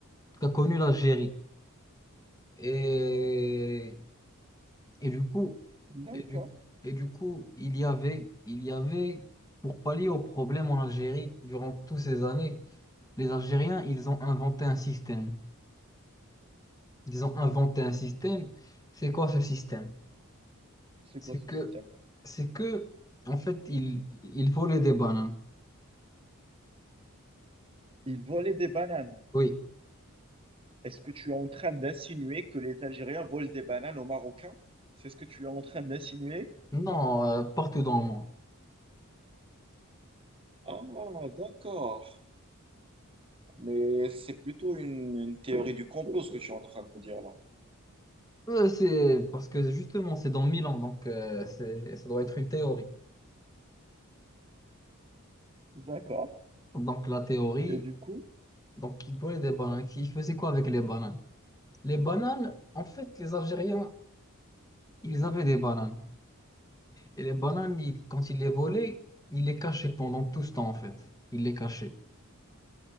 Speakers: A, on the left; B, on the right.
A: qu'a connue l'Algérie. Et Et du coup,
B: D'accord.
A: et du, et du coup, il y avait, il y avait, pour pallier au problème en Algérie, durant toutes ces années, les Algériens, ils ont inventé un système. Ils ont inventé un système. C'est quoi ce système?
B: C'est
A: C'est
B: quoi ce
A: que,
B: système?
A: c'est que, en fait, ils, ils volaient des bananes.
B: Ils volaient des bananes.
A: Oui.
B: Est-ce que tu es en train d'insinuer que les Algériens volent des bananes aux Marocains? C'est ce que tu es en train d'insinuer?
A: Non, euh, partout dans le monde.
B: Ah, d'accord. Mais c'est plutôt une, une théorie du complot, ce que tu es en train de me dire là.
A: Euh, c'est parce que justement, c'est dans mille ans donc euh, c'est, ça doit être une théorie.
B: D'accord.
A: Donc la théorie,
B: Et du coup,
A: donc ils volaient des bananes. Ils faisaient quoi avec les bananes? Les bananes, en fait, les Algériens, ils avaient des bananes. Et les bananes, ils- quand ils les volaient, ils les cachaient pendant tout ce temps, en fait. Ils les cachaient.